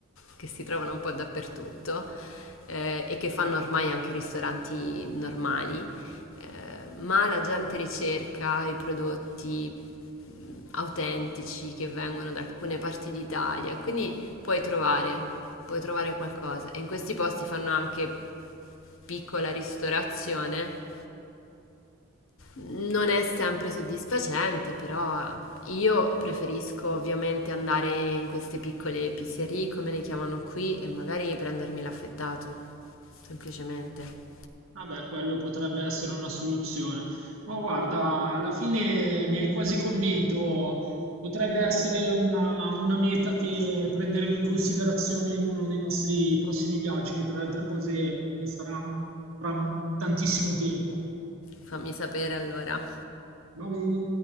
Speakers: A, on the left; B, on the right.
A: che si trovano un po' dappertutto eh, e che fanno ormai anche ristoranti normali, eh, ma la gente ricerca i prodotti mh, autentici che vengono da alcune parti d'Italia, quindi puoi trovare, puoi trovare qualcosa. E in questi posti fanno anche piccola ristorazione non è sempre soddisfacente, però io preferisco ovviamente andare in queste piccole pizzerie, come le chiamano qui, e magari prendermi l'affettato. Semplicemente.
B: Vabbè, quello potrebbe essere una soluzione. Ma guarda, alla fine mi hai quasi convinto. Potrebbe essere una, una meta che prenderemo in considerazione in uno dei nostri prossimi viaggi, che tra le altre cose non sarà fra tantissimo tempo.
A: Fammi sapere allora.
B: Va bene.